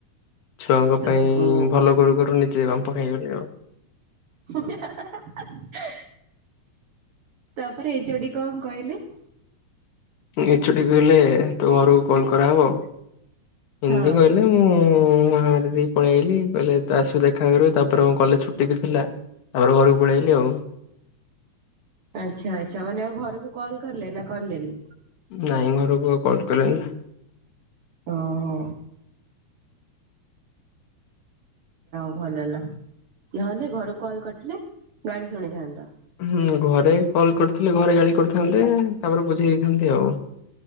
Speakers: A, on the left; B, on the right.
A: ଛୁଆଙ୍କ ପାଇଁ
B: ଓହୋ।
A: ଭଲ କରୁ କରୁ ନିଜେ ବାମ୍ପ ଖାଇଗଲି ଆଉ।
B: ହା ହା ହା ହା। ତାପରେ ଏଚ ଓ ଡି କଣ କଇଲେ?
A: ଏଚ ଓ ଟି କହିଲେ ତୋ ଘରକୁ କଲ କରା ହବ ଏମତି
B: ହଁ
A: କହିଲେ। ହୁଁ। ମାରି ଦେଇ ପଳେଇଆଇଲି କହିଲେ ଆସିବୁ ଦେଖା କରିବୁ ତାପରେ କଲେଜ ଛୁଟି ବି ଥିଲା ତାପ ଘରକୁ ପଳେଇଆଇଲି ଆଉ।
B: ଆଛା ଆଛା ମାନେ ଆଉ ଘରକୁ କଲ କଲେ ନା କଲେନି?
A: ନାଇଁ ଘରକୁ ଆଉ କଲ କଲିନି।
B: ଓହୋ। ଭଲ ହେଲା ନହଲେ ଘରକୁ କଲ୍ କରିଥିଲେ ଗାଳି ଶୁଣିଥାନ୍ତ?
A: ହୁଁ ଘରେ କଲ କରିଥିଲି, ଘରେ ଗାଳି କରିଥାନ୍ତେ ତାପରେ ବୁଝେଇ ଦେଇଥାନ୍ତି ଆଉ।